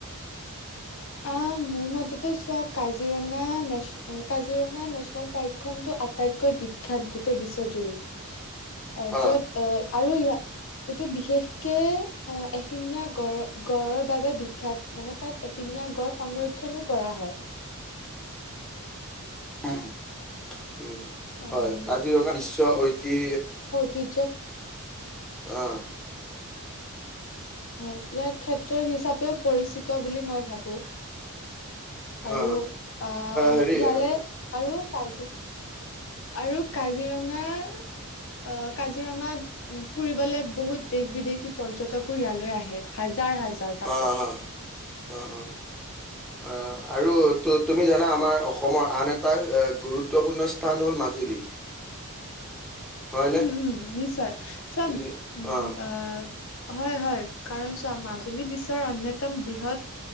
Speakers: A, on the left; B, in the centre.
A: অ মোৰ মতেতো চোৱা কাজিৰঙা নেচ কাজিৰঙা নেচনেল পাৰ্কখন টো আটাইতকৈ বিখ্যাত গোটেই বিশ্বজুৰি। অ,
B: অ অ
A: যত আহ আৰু ইয়াত, এইটো বিশেষকে অ এশিঙীয়া গডৰ গড়ৰ বাবে বিখ্যাত মানে তাত, এশিঙীয়া গড় সংৰক্ষনো কৰা হয়।
B: উম উম
A: অম
B: হয় কাজিৰঙা বিশ্ব ঐতি
A: কিজক
B: অঁ।
A: অ, ইয়াৰ ক্ষেত্ৰ হিচাপেও পৰিচিত বুলি মই ভাবো। আৰু
B: অ
A: অ
B: হেৰি
A: ইয়ালে
B: অ
A: আৰু কাইজ, আৰু কাজিৰঙাৰ আহ কাজিৰঙা, উম, ফুৰিবলৈ বহুত দেশ বিদেশী পৰ্যটকো ইয়ালৈ আহে। হাজাৰ হাজাৰ তাকো
B: অ হ আঁ আৰু, ত তুমি জানা আমাৰ অসমৰ আন এটা, গুৰুত্বপূৰ্ণ স্থান হ'ল মাজুলী। হয়নে?
A: উম উম, নিশ্চয় চাম
B: নি
A: উম
B: অ',
A: আ, হয় হয়, কাৰণ চোৱা মাজুলী বিশ্বৰ অন্যতম বৃহৎ,